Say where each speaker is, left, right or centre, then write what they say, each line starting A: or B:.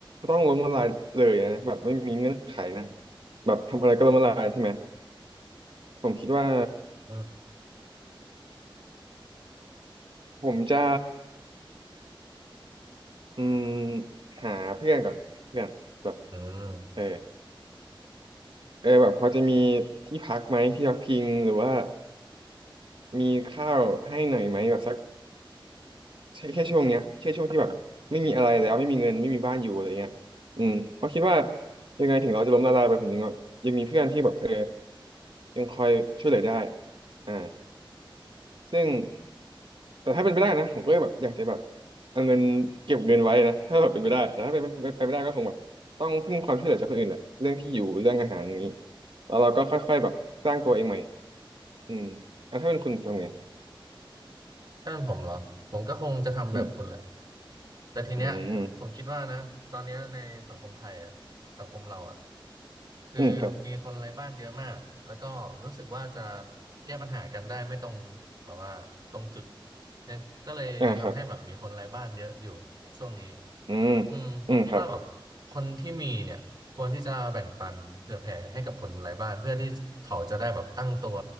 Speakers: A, on the right; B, on the right.
A: ต้องล้มละลายเลยนะแบบไม่มีเงื่อนไขนะแบบทำอะไรก็ล้มละลายใช่ไหมผมคิดว่า
B: อืม
A: ผมจะอืมหาเพื่อนก่อนเพื่อนแบบ
B: อืม
A: เออเออแบบพอจะมีที่พักไหมที่พักพิงหรือว่ามีข้าวให้หน่อยไหมแบบสัก ใช่แค่ช่วงเนี้ยแค่ช่วงที่แบบไม่มีอะไรแล้วไม่มีเงินไม่มีบ้านอยู่อะไรเงี้ยอืมเพราะคิดว่ายังไงถึงเราจะล้มละลายไปผมยังยังมีเพื่อนที่แบบเออยังคอยช่วยเหลือได้อ่าซึ่งแต่ถ้าเป็นไปได้นะผมก็แบบอยากจะแบบเอาเงินเก็บเงินไว้นะถ้าแบบเป็นไปได้แต่ถ้าเป็นไปไปไม่ได้ก็คงแบบต้องพึ่งความช่วยเหลือจากคนอื่นแหละเรื่องที่อยู่เรื่องอาหารอย่างนี้แล้วเราก็ค่อยๆแบบสร้างตัวเองใหม่อืมอ่ะถ้าเป็นคุณทำไง
B: ถ้าเป็นผมเหรอผมก็คงจะทำแบบคุณแหละ
A: อืม
B: แต่ทีเนี้ยผมคิดว่านะตอนเนี้ยในสังคมไทยอ่ะสังคมเราอ่ะ
A: อืม
B: คือมีคนไร้บ้านเยอะมากแล้วก็รู้สึกว่าจะ
A: อืมครับ
B: แก้ปัญหากันได้ไม่ตรงแบบว่าตรงจุดยังก็เลยยังทำให้แบบมีคนไร้บ้านเยอะอยู่ช่วงนี้
A: อ่าครับอืม
B: อืมผมคิดว่าแบบคนที่มีเนี่ยควรที่จะแบ่งปันเผื่อแผ่ให้กับคนไร้บ้านเพื่อที่เขาจะได้แบบตั้งตัว
A: อืมครับ